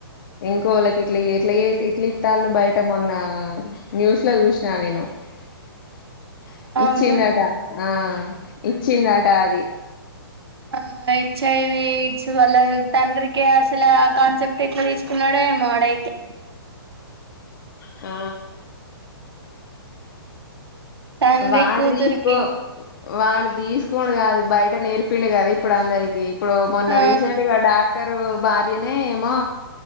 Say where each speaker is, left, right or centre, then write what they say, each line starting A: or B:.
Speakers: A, on the left; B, on the right.
A: ఇంకో ళ్ళకి ఇట్లీ ఏట్ల ఇట్లీ తాళ్ళు బయట మొన్న న్యూస్ లో చూసిన నేను <inaudible>
B: అవును
A: ఇచ్చిందట ఆ ఇచ్చిందట అది
B: ఆ ఎచ్ఐవి సు వాళ్ళ తండ్రికి అసలు ఆ కాన్సెప్ట్ ఎట్లా తీసుకున్నాడో ఏమాో ఆడయితే
A: ఆ
B: తండ్రి
A: వాడు
B: కూతురికి
A: తీసుకో వాడు తీసుకోండు కాదు బయట నేర్పి చెప్పిండు కదా ఇప్పుడు అందరికీ ఇప్పుడు మొన్న
B: ఆ
A: రీసెంట్గా డాక్టరు భార్యనే ఏమో